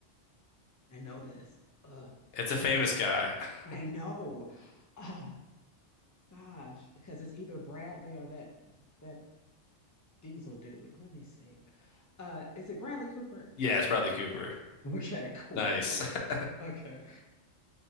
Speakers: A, on the left; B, on the left.
A: I know this. Uh,
B: It's
A: hold
B: a famous
A: on.
B: guy. <laughs>
A: I know. Oh gosh, because it's either Bradley or that that Diesel dude. Let me see. Uh, is it Bradley Cooper?
B: Yeah, it's probably Cooper.
A: Okay, cool.
B: Nice.
A: Okay.
B: <laughs>
A: <laughs> Okay.